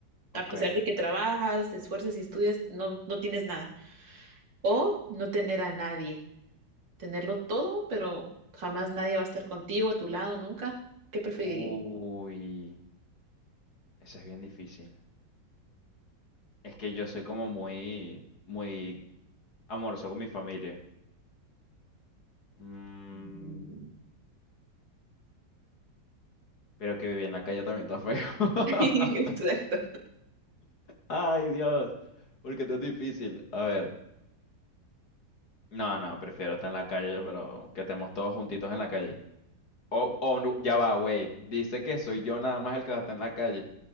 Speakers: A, on the right; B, on the left.
A: A
B: Ok.
A: pesar de que trabajas, te esfuerzas y estudias, no, no tienes nada. O no tener a nadie. Tenerlo todo, pero jamás nadie va a estar contigo, a tu lado, nunca. ¿Qué preferirías?
B: Uy, eso es bien difícil. Es que yo soy como muy, muy amoroso con mi familia. Mm,
A: Mm.
B: pero que vivir en la calle también está feo. <laughs>
A: <laughs> Exacto.
B: Ay, Dios. Porque esto es difícil. A ver. No, no, prefiero estar en la calle, pero que estemos todos juntitos en la calle. O, o no, ya va, wait. Dice que soy yo nada más el que va a estar en la calle.